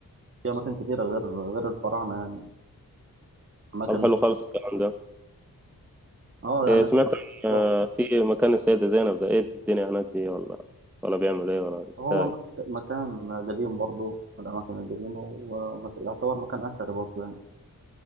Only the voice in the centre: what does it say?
طب حلو
خالص الكلام ده
إيه، سمعت عن آه،
في مكان السيده زينب ده ايه الدنيا هناك دي ولا ولا بيعمل ايه ولا
ازاي